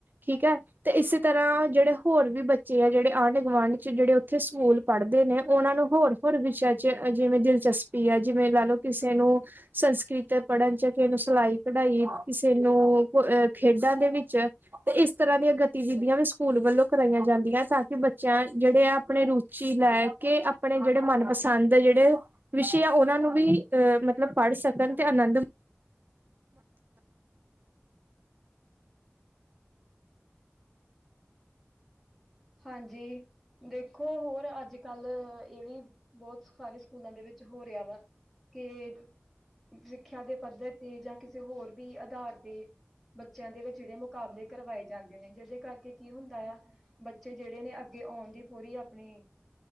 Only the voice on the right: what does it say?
ਠੀਕ ਹੈ, ਤੇ ਇਸੇ ਤਰ੍ਹਾਂ ਜਿਹੜੇ ਹੋਰ ਵੀ ਬੱਚੇ ਹੈ। ਜਿਹੜੇ ਆਂਢ ਗੁਆਂਢ ਚ ਜਿਹੜੇ ਉੱਥੇ ਸਕੂਲ ਪੜ੍ਹਦੇ ਨੇ ਉਹਨਾਂ ਨੂੰ ਹੋਰ ਹੋਰ ਵਿਸ਼ਾ ਚ ਜਿਵੇਂ ਦਿਲਚਸਪੀ। ਆ ਜਿਵੇਂ ਲਾ ਲਓ ਕਿਸੇ ਨੂੰ ਸੰਸਕ੍ਰਿਤ ਪੜਨ ਚ, ਕਿਸੇ ਨੂੰ ਸਿਲਾਈ ਕਢਾਈ, ਕਿਸੇ ਨੂੰਹ ਖੇਡਾਂ ਦੇ ਵਿੱਚ। ਤੇ ਇਸ ਤਰ੍ਹਾਂ ਦੀਆਂ ਗਤੀਵਿਧੀਆਂ ਵੀ ਸਕੂਲ ਵੱਲੋਂ ਕਰਾਈਆਂ ਜਾਂਦੀਆਂ ਤਾਂ। ਕਿ ਬੱਚਾ ਜਿਹੜੇ ਆਪਣੇ ਰੁਚੀ ਲੈ ਕੇ, ਆਪਣੇ ਜਿਹੜੇ ਮਨਪਸੰਦ ਦੇ ਜਿਹੜੇ ਵਿਸ਼ੇ ਆ ਉਹਨਾਂ ਨੂੰ ਵੀ ਅਹ ਮਤਲਬ ਪੜ੍ਹ ਸਕਣ, ਤੇ ਆਨੰਦ